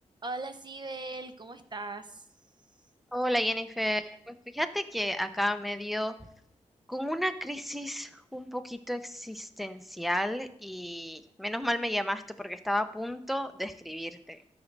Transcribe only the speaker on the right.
Hola, Sibel, ¿cómo estás?